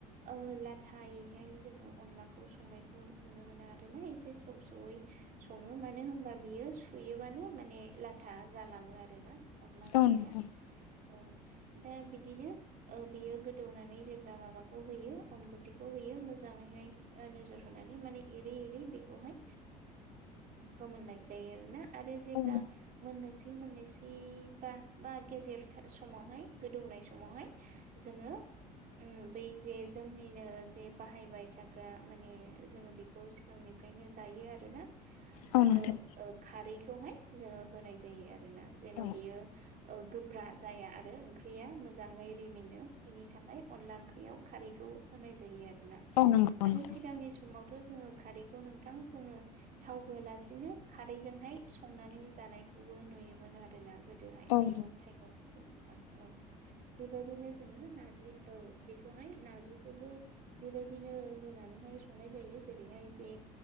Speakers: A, on the right; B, on the left.
A: ओ लाथायैहाय जोङो अनलाखौ संनायखौ नुनो मोना आरोना एसे सौ सौयै सङो मानो होनबा बियो सुयोबानो माने लाथा जालाङो आरोना अनला ओंख्रिया
B: औ नंगौ
A: औ दा बि बिदिनो ओ बेयो गोदौनानै जेब्ला माबाखौ होयो अन गुन्दैखौ होयो मोजाङैहाय बा नोजोर होनानै माने एरै एरै बेखौहाय फोमोननाय जायो आरोना। आरो जेब्ला
B: औ
A: मोनननोसै मोननैसै बा बा गेजेर समावहाय गोदौनाय समावहाय जोङो उम बै जे जोंनिनो जे बाहायबाय थाग्रा माने जोङो बेखौ सिगांनि निफ्रायनो जायो आरो ना।
B: औ
A: ओ
B: नोंथां
A: ओ खारैखौहाय जोङो होनाय जायो आरोना जेन'
B: औ
A: बियो ओ गोब्रा जाया आरो ओंख्रिया मोजां मोजाङै रिमिनो बेनि थाखाय अनला ओंख्रियाव खारैखौ होनाय जायो आरो
B: औ
A: <unintelligible>
B: नंगौ
A: आरो
B: नोंथां
A: सिगांनि समावथ' जोंङो खारैखौ नोंथां जोङो थाव होलानो खारैजोंहाय संनानै जानायखौ बो नुयोमोन आरोना गो दोहाय
B: औ
A: मैगं थाइगंफोरखौ नोंथां। औ बेबायदिनो जोङो नारजि औ बेखौहाय नारजिखौबो बेबायदिनो होनानैहाय संनाय जायो जेरैहाय बे